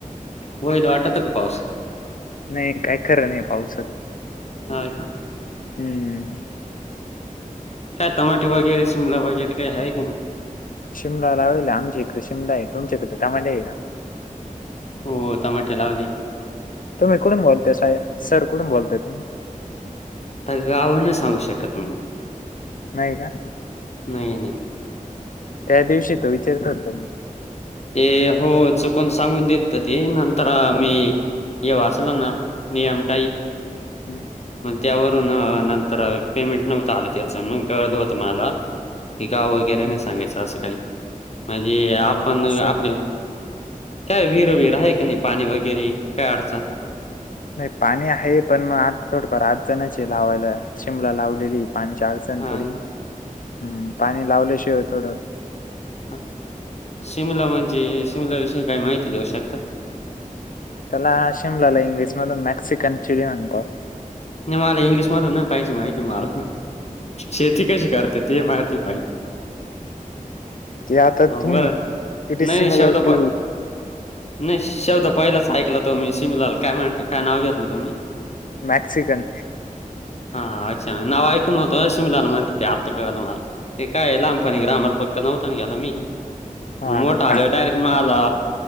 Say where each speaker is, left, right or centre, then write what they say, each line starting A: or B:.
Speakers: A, on the left (about 50°); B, on the left (about 75°).
A: होईल वाटत का पाऊस
B: नाही काय खरं नाही पावसात
A: ह का
B: हम्म
A: काय टमाटे वगैरे शिमला वगैरे काही आहे का नाही
B: शिमला लावले आहे, आमच्या इकडे शिमला आहे तुमच्याकडे टमाटे आहे ना
A: हो टमाटे लावले हे.
B: तुम्ही कुठून बोलतय साहेब, सर कुठून बोलतय तुम्ही?
A: तर गाव नाही सांगू शकत मी
B: नाही का
A: नाही नाही.
B: त्या दिवशी त विचारत होत मी
A: ए हो चुकून सांगून देत ते नंतर मी हे वाचलं ना नियम तेन.
B: हम्म
A: मग त्यावरून नंतर पेमेंट नव्हत आलं त्याच मग कळलं होतं मला की गाव वगैरे
B: हम्म.
A: नाही सांगायच असं काही म्हणजे आपण
B: हो असं
A: आपल्या
B: का
A: काय विर विर आहे का नाही पाणी वगैरे काय अडचण
B: नाही पाणी आहे, पण मग थोडी फार अडचण चे आहे लावायला शिमला लावलेली पाणीच्या अडचण
A: हा
B: थोडी ह्
A: का
B: पाणी लावल्याशिवाय थोडं
A: ह शिमला म्हणजे शिमला विषयी काही माहिती देऊ शकता.
B: त्याला शिमलाला इंग्लिश मध मेक्सिकन चिली म्हणतात.
A: नाही मला इंग्लिश मधून ना पाहिजे माहिती मला शेती कशी करतात ते माहिती पाहिजे.
B: ते आता
A: हं,
B: तुम्ही
A: बरं
B: पिटीस
A: नाही
B: सी
A: नाही शब्द
B: मला ते
A: प नाही शब्द पहिलंच ऐकलं तो मी सिमलाल काय म्हणते काय नाव घेतलं तो तुम्ही
B: मॅक्सिकन
A: हा हा अच्छा नाव ऐक न होतं शिमलाला म्हणती ते आत्ता कळालं मला. ते काय लहानपणी ग्रामर पक्का नव्हता ना मी
B: हा
A: मोठा
B: हा हा
A: आले डायरेक्ट मला